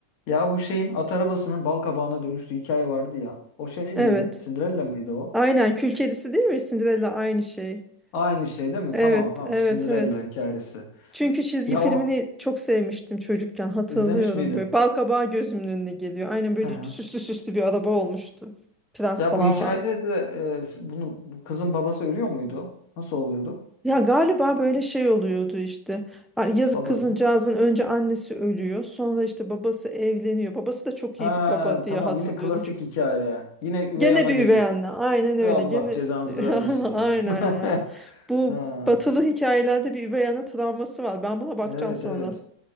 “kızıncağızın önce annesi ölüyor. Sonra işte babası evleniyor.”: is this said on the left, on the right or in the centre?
Centre